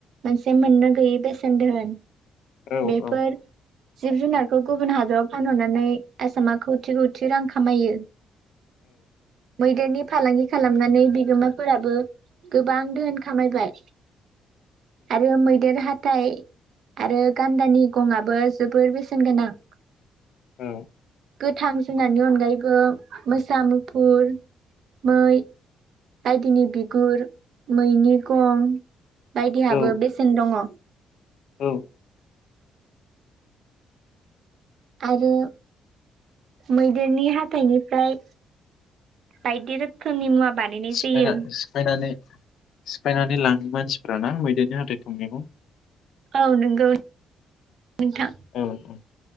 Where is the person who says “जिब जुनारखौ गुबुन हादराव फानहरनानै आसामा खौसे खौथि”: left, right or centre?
Right